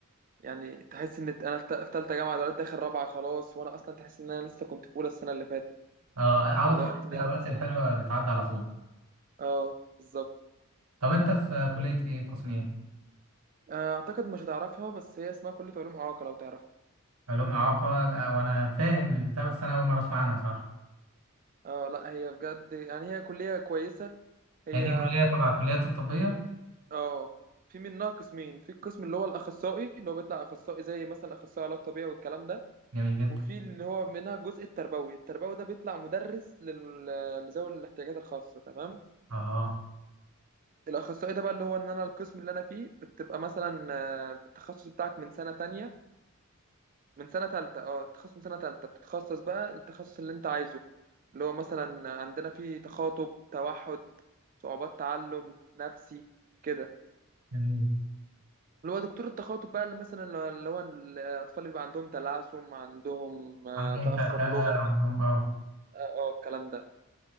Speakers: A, on the right; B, on the right.
A: يعني تحس ان انا في ت- في تالتة جامعة دلوقتي داخل رابعة خلاص وانا اصلا تحس ان انا لسه كنت في اولى السنة اللي فاتت
B: اه على
A: الوقت
B: طول كده
A: بيعدي
B: الاوقات
A: بسرعة
B: الحلوه بتعدي على طول
A: اه بالظبط
B: طب انت في كليه ايه قسم ايه
A: آه، اعتقد مش هتعرفها بس هي اسمها كلية علوم اعاقة لو تعرفها
B: علوم اعاقه لا وانا فاهم البتاع بس انا اول مره اسمع عنها صراحه
A: اه لا هي بجد يعني هي كلية كويسة هي
B: هي دي كليه تبع الكليات الطبيه
A: اه في منها قسمين في القسم اللي هو الاخصائي اللي هو بيطلع اخصائي زي مثلا اخصائي علاج طبيعي والكلام ده
B: جميل جدا
A: وفي اللي هو منها الجزء التربوي التربوي ده بيطلع مدرس لل- لذوي الاحتياجات الخاصة تمام
B: اه
A: الاخصائي ده بقى اللي هو ان انا القسم اللي انا فيه بتبقى مثلا آه، التخصص بتاعك من سنه تانية من سنه تالتة اه التخصص من سنه تالتة بتتخصص بقى التخصص اللي انت عايزه اللي هو مثلا عندنا فيه تخاطب توحد صعوبات تعلم نفسي كده
B: جميل
A: اللي هو دكتور التخاطب بقى اللي مثلا لو- اللي هو الاطفال اللي بيبقى عندهم تلعثم عندهم آه،
B: عندهم
A: تاخر
B: تأتأة
A: لغوي
B: عندهم اه
A: اه الكلام ده